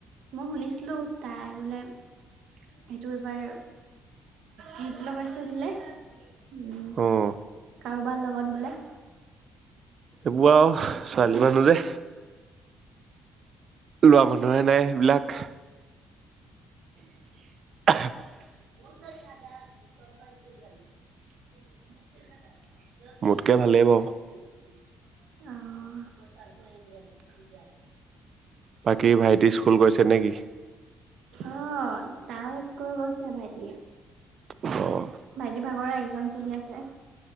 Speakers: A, on the right; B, on the right.
A: মই শুনিছিলো তাই বোলে সেইটো এইবাৰ, জিদ লগাইছো বোলে। উম,
B: অ'।
A: কাৰোবাৰ লগত বোলে,
B: এইবোৰ আৰু ছোৱালী মানুহ যে। ল'ৰা মানুহৰে নাই হেইবিলাক। <inaudible>
A: <inaudible> <inaudible>
B: মোতকে ভালেই বাৰু
A: অহ'
B: বাকী ভাইটি স্কুল গৈছে নেকি?
A: অ <unintelligible> গৈছে ভাইটিয়ে।
B: অ'।
A: ভাইটিৰ ভাগৰে এক্জাম চলি আছে।